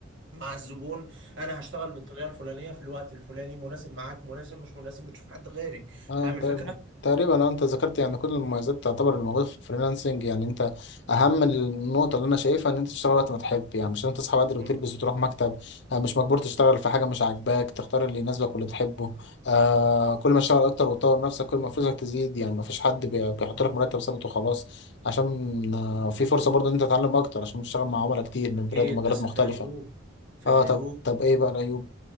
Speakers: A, on the right; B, on the left.
A: مع الزبون انا هشتغل بالطريقه الفلانيه في الوقت الفلاني مناسب معاك مناسب مش مناسب بتشوف حد غيري
B: اه
A: فاهم الفكره؟
B: تق- تقريبا اه انت ذكرت يعني كل المميزات تعتبر الموجوده في الفريلانسنج يعني انت اهم النقطه اللي انا شايفها ان انت تشتغل وقت ما تحب يعني مش لازم تصحى بدري وتلبس
A: مم.
B: وتروح مكتب آه مش مجبور تشتغل في حاجه مش عاجباك تختار اللي يناسبك واللي تحبه آه
A: بالظبط
B: كل ما تشتغل اكتر وتطور نفسك كل ما فلوسك تزيد يعني ما فيش حد بي- بيحط لك مرتب ثابت وخلاص عشان آه في فرصه برضه ان انت تتعلم اكتر عشان تشتغل مع عملاء كتير من
A: اكيد
B: بلاد ومجالات
A: بس
B: مختلفه
A: في عيوب في
B: اه
A: عيوب
B: طب طب ايه بقى العيوب